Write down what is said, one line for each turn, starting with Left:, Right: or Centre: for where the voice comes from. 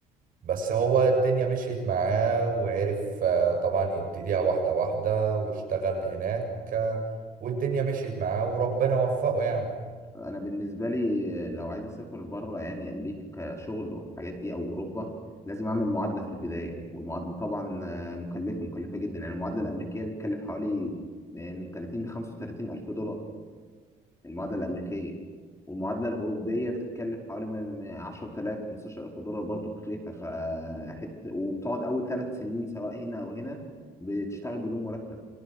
Right: بس هو الدنيا مشيت معاه وعرف آه، طبعا يبتديها واحدة واحدة واشتغل هناك آه، والدنيا مشيت معاه وربنا وفقه يعني
Left: انا بالنسبه لي لو عايز اسافر بره يعني امريكا كشغل والحاجات دي او اوروبا لازم اعمل معادله في البدايه والمعادله طبعا آه، مكلفه مكلفه جدا يعني المعادله الامريكيه بتكلف حوالي آه، من 30 ل 35 الف دولار المعادله الامريكيه والمعادله الاوروبيه بتتكلف حوالي من من 10000 15000 دولار برضو تكلفه فحت وبتقعد اول ثلاث سنين سواء هنا او هنا بتشتغل بدون مرتب